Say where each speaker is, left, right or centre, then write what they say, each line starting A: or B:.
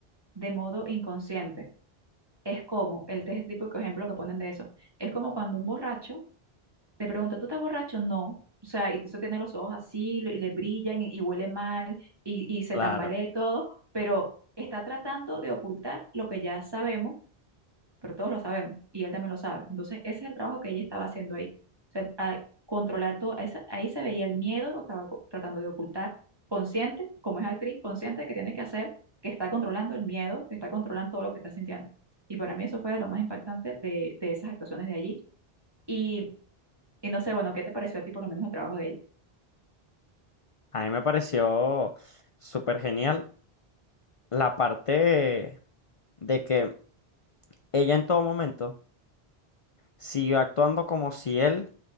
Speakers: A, on the right (about 25°); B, on the left (about 40°).
A: de modo inconsciente. Es como el test típico ejemplo que ponen de eso. Es como cuando un borracho le pregunto, ¿tú estás borracho? No. O sea, y eso tiene los ojos así, le, le brillan y, y huele mal y, y se
B: Claro.
A: tambalea y todo, pero está tratando de ocultar lo que ya sabemos, pero todos lo sabemos y él también lo sabe. Entonces, ese es el trabajo que ella estaba haciendo ahí. O sea, a controlar todo, ahí, se ahí se veía el miedo, lo estaba co- tratando de ocultar, consciente, como es actriz, consciente de que tiene que hacer, que está controlando el miedo, que está controlando todo lo que está sintiendo. Y para mí eso fue de lo más impactante de, de esas actuaciones de allí. y y no sé, bueno, ¿qué te pareció a ti por lo menos el trabajo de ella?
B: A mí me pareció súper genial la parte de que ella en todo momento siguió actuando como si él